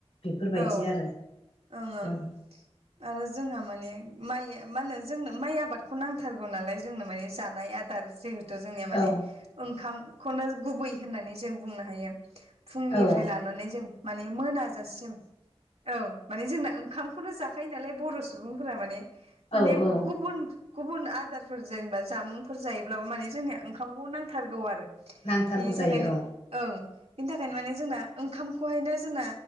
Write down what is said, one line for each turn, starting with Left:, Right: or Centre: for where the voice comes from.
Left: बेफोरबायदि
Right: औ ओं
Left: आरो
Right: ओं
Left: औ
Right: आरो जोंहा माने माइ मा होनो जोंनो माइ आबादखौ नांथारगौ नालाय जोंनो माने जानाय आदार जिहेथु जोंनिया माने
Left: औ
Right: ओंखामखौनो गुबै होननानै जों बुंनो हायो फुंनिफ्राय
Left: औ
Right: लानानै जों माने मोनाजासिम औ मान जोंना ओंखामखौनो जा थाखायो नालाय बर' सुबुंफोरा माने माने
Left: औ औ
Right: गुबुन गुबुन आदारफोर जेनेबा जामुंफोर जायोब्लाबो माने जोंनिया ओंखामखौ नांथारगौ आरो
Left: नांथारगौ
Right: बिनि थाखायनो
Left: जायो औ
Right: ओं बेनि थाखायनो माने जोंना ओंखामखौहायनो जोंना